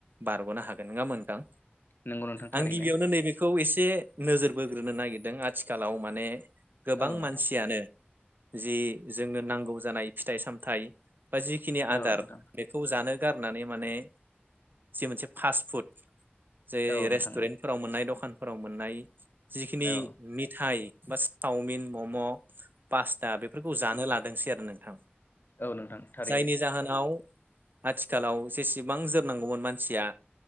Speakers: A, on the right; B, on the left.
A: बारग'नो हा गोन नङा होनबा नोंथां
B: नंगौ नोंथां थारैनो
A: आं गिबियावनो नैबेखौ एसे नोजोर बोग्रोनो नागिरदों आथिखालाव माने गोबां
B: औ नोंथां
A: मानसियानो जि जोंनो नांगौ जानाय फिथाइ सामथाइ बा जिखिनि आदार
B: औ नोंथां
A: बेखौ जानो गारनानै माने जि मोनसे फास फुड जे
B: औ
A: रेस्टुरेन्टफोराव
B: नोंथां
A: मोननाय दखानफोराव मोननाय जिखिनि
B: औ
A: मिथाइ बा चावमिन मम' पास्टा बेफोरखौ जानो लादोंसै आरो नोंथां।
B: औ नोंथां थारैनो
A: जायनि जाहोनाव आथिखालाव जेसेबां जोरनांगौमोन मानसिया